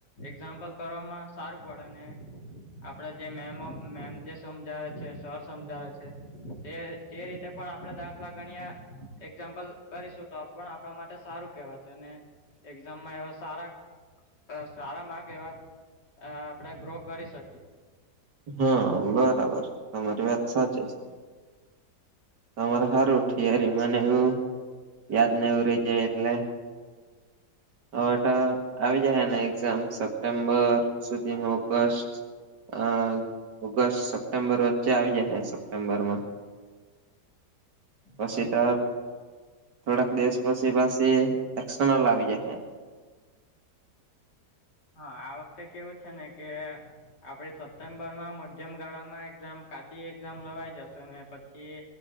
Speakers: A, on the left (about 80°); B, on the right (about 80°).
A: એક્ઝામ્પલ કરવામાં સારું પડે ને આપડે જે મેમ મેમ જે સમજાવે છે, સર સમજાવે છે તે જે રીતે પણ આપડણે દાખલા ગણ્યા એક્ઝામ્પલ કરીશું, તો પણ આપણા માટે સારું કેવાય સેને એક્ઝામમાં એવા સારા અ સારામાંર્ક એવા આપણેે ગ્રો કરી શકીએ.
B: હા, બરાબર તમારી વાત સાચી છે. તમારે સારું ઠીયારી મને એવું યાદ નો રય જાય એટલે હવેટ આવી જાય હને એક્ઝામ સપ્ટેમ્બર સુધીમાં ઓગસ્ટ અ ઓગસ્ટ સપ્ટેમ્બર વચ્ચે આવી જાહે સપ્ટેમ્બર માં. પછી
A: હા
B: તો
A: સાબ
B: થોડાક દિવસ પછી પાછી અકસ્ટરનલ આવી જાહે.
A: હા, આ વખતે કેવું છે ને કે આપડે સપ્ટેમ્બરમાં મધ્યમ ગાળા માં એક્ઝામ કાચી એક્ઝામ લવાઈ જશો ને, પછી